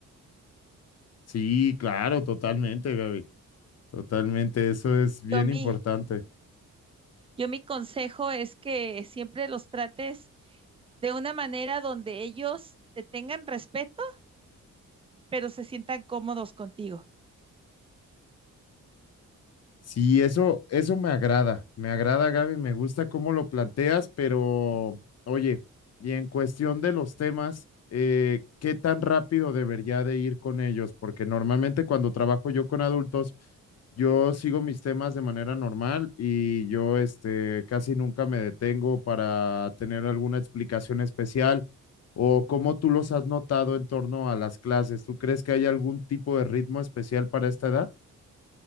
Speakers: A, on the left; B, on the right.
A: Sí, claro, totalmente, Gaby. Totalmente,
B: Y-
A: eso es bien
B: Yo mi,
A: importante.
B: yo mi consejo es que siempre los trates de una manera donde ellos te tengan respeto pero se sientan cómodos contigo.
A: Sí, eso, eso me agrada, me agrada, Gaby, me gusta cómo lo planteas, pero oye, y en cuestión de los temas, eh, ¿qué tan rápido debería de ir con ellos? Porque normalmente cuando trabajo yo con adultos, yo sigo mis temas de manera normal y yo, este, casi nunca me detengo para tener alguna explicación especial o cómo tú los has notado en torno a las clases. ¿Tú crees que hay algún tipo de ritmo especial para esta edad?